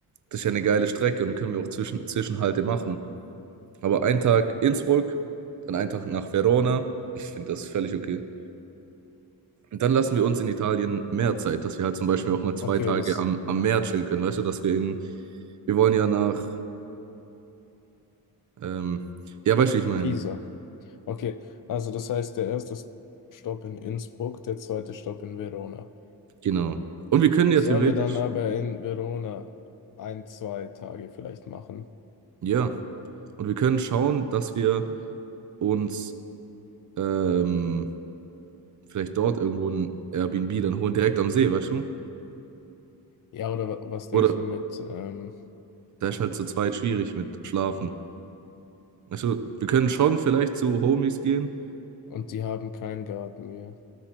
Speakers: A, on the right; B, on the left.
A: das ist ja eine geile Strecke und dann können wir auch Zwischen Zwischenhalte machen. Aber einen Tag Innsbruck, dann einen Tag nach Verona. Ich finde das völlig okay. Und dann lassen wir uns in Italien mehr Zeit, dass wir halt zum Beispiel auch mal zwei
B: Okay,
A: Tage
B: das
A: am, am Meer chillen können. Weißt du, dass wir in, wir wollen ja nach, ähm, ja, weißt du, wie ich meine,
B: Pisa. Okay, also das heißt, der erste Stopp in Innsbruck, der zweite Stopp in Verona.
A: genau. Und wir können ja
B: Sollen
A: theoretisch,
B: wir dann aber in Verona ein, zwei Tage vielleicht machen?
A: ja, und wir können schauen, dass wir uns ähm, vielleicht dort irgendwo ein Airbnb dann holen, direkt am See, weißt du?
B: Ja, oder wa- was denkst
A: Oder,
B: du mit, ähm,
A: Da ist halt zu zweit schwierig mit Schlafen. Also, wir können schon vielleicht zu Homies gehen.
B: und die haben keinen Garten, ja.